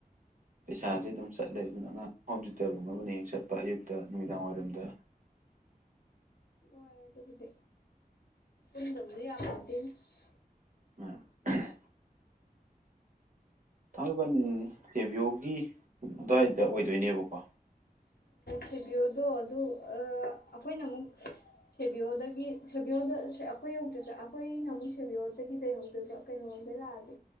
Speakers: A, on the right (about 55°); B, on the left (about 85°).
A: ꯄꯩꯁꯥꯁꯦ ꯑꯗꯨꯝ ꯆꯠꯂꯦ
B: ꯎꯝ
A: ꯑꯗꯨꯅ ꯑꯉꯥꯡ ꯍꯣꯝ ꯊꯌꯨꯇꯔꯒꯨꯝꯕ ꯑꯃꯅ ꯍꯦꯛ ꯆꯠꯄ ꯑꯌꯨꯛꯇ ꯅꯨꯃꯤꯗꯥꯡ ꯋꯥꯏꯔꯝꯗ
B: ꯍꯔꯦ ꯑꯗꯨꯕꯨꯗꯤ ꯄꯨꯗꯅ ꯌꯥ ꯆꯕꯤꯁ
A: ꯎꯝ ꯊꯥꯡꯃꯩꯕꯟ ꯁꯦꯕꯤꯌꯣꯒꯤ ꯑꯗꯨꯋꯥꯏꯗ ꯑꯣꯏꯗꯣꯏꯅꯦꯕꯀꯣ
B: ꯁꯦꯕꯤꯌꯣꯗꯣ ꯑꯗꯨ ꯑꯩꯈꯣꯏꯅ ꯑꯃꯨꯛ ꯁꯦꯕꯤꯌꯣꯗꯒꯤ ꯁꯦꯕꯤꯌꯣꯗ ꯑꯁꯦ ꯑꯩꯈꯣꯏ ꯌꯧꯗ꯭ꯔꯤꯗ ꯑꯩꯈꯣꯏꯅ ꯑꯃꯨꯛ ꯁꯦꯕꯤꯌꯣꯗꯒꯤ ꯂꯩꯍꯧꯗꯣꯏꯕ ꯀꯩꯅꯣꯔꯣꯝꯗꯩ ꯂꯥꯛꯑꯗꯤ